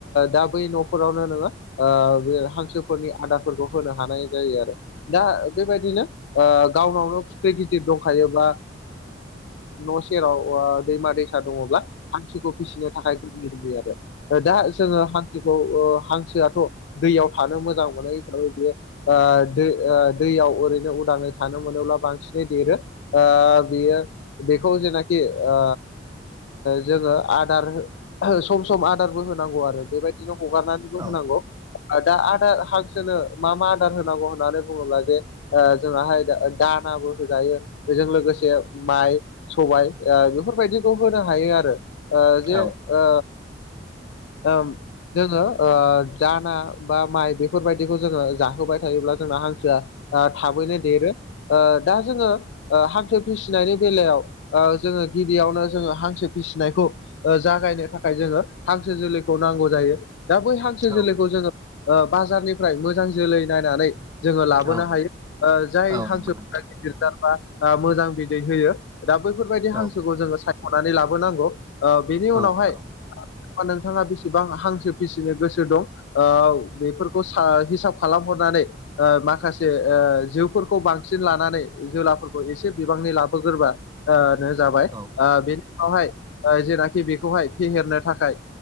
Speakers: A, on the left; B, on the right.
A: दा बै न'फोरावनो नोङो। बे हांसोफोरनि आदारफोरखौ होनो हानाय जायो आरो दा बेबायदिनो गावनावनो फुख्रि गिदिर दंखायोब्ला न' सेराव दैमा दैसा दङब्ला हांसोखौ फिसिनो थाखाय <inaudible> आरो। दा जोङो हांसोखौ हांसोआथ' दैयाव थानो मोजां मोनो हिसाबै बेयो दै दैयाव ओरैनो उदाङै थानो मोनोब्ला बांसिनै देरो बियो बेखौ जेनाखि ओ जोङो आदार सम सम आदारबो होनांगौ आरो बेबायदिनो हगारनानै
B: औ
A: होनांगौ दा आदार हांसोनो मा मा आदार होनांगौ होननानै बुङोब्ला जे ओ जोंहा हाय दानाबो होजायो बेजों लोगोसे माइ सबाय बेफोरबायदिखौ होनो हायो आरो ओ जे
B: औ
A: ओ ओं जोङो ओ दाना बा माइ बेफोरबायदिखौ जोङो जाहोबाय थायोब्ला जोंना हांसोआ थाबैनो देरो दा जोङो हांसो फिसिनायनि बेलायाव जोङो गिबियावनो जोङो हांसो फिसिनायखौ जागायनो थाखाय जोङो हांसो जोलैखौ नांगौ जायो दा बै हां सो जोलैखौ
B: औ नंगौ
A: जोङो बाजारनिफ्राय मोजां जोलै नायनानै जोङो लाबोनो
B: औ
A: हायो जाय
B: नंगौ
A: हांसोफोरा
B: नोंथां
A: गिदिर जारबा मोजां बिदै होयो। दा बैफोरबायदि हांसोखौ
B: औ
A: जोङो सायख'नानै लाबोनांगौ बेनि उनावहाय
B: औ नंगौ
A: नोंथाङा बेसेबां हांसो फिसिनो गोसो दं? ओ बेफोरखौ हिसाब खालामहरनानै माखासे जोफोरखौ बांसिन लानानै जोलाफोरखौ एसे बिबांनि लाबोग्रोबा जाबाय
B: औ
A: बेनि हाय जेनाखि बेखौहाय फेहेरनो थाखाय